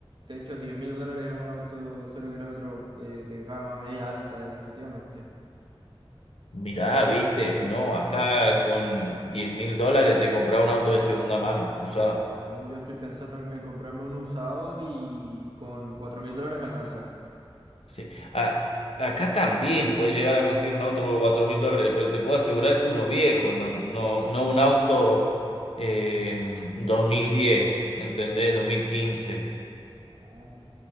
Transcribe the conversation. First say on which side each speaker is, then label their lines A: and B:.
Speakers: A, on the right; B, on the left.
A: De hecho, diez mil dólares es un auto cero kilómetros eh, de gama media alta, definitivamente.
B: Mirá, viste, no, acá con 10 mil dólares te compraba un auto de segunda mano, usado.
A: No, yo estoy pensando en, en comprarme un usado y con cuatro mil dólares me alcanza.
B: Sí. A- acá también puedes llegar a conseguir un auto por 4 mil dólares, pero te puedo asegurar que uno viejo, no, no, no un auto eh, 2010, ¿entendés? dos mil quince.
A: Ah.